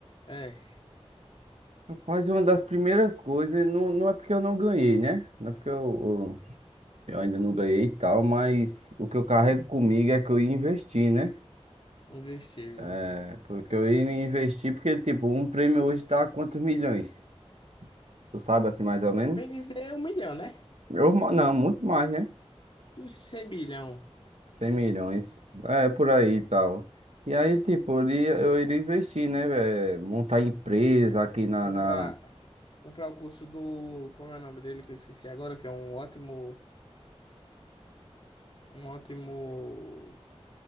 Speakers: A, on the left; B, on the right.
A: É,
B: Rapaz, uma das primeiras coisas, não, não é porque eu não ganhei, né? Não é porque eu, eu, eu ainda não ganhei e tal, mas o que eu carrego comigo é que eu ia investir, né?
A: investir.
B: É, porque eu ia investir, porque, tipo, um prêmio hoje tá a quantos milhões? Tu sabe, assim, mais ou menos?
A: Bem dizer, um milhão, né?
B: Eu, ma- não, muito mais, né?
A: Dos 100 bilhão,
B: 100 milhões, é, por aí e tal. E aí, tipo, eu iria, eu iria investir, né, velho? Montar empresa aqui na,
A: comprar,
B: na
A: comprar o curso do, como é o nome dele que eu esqueci agora, que é um ótimo, um ótimo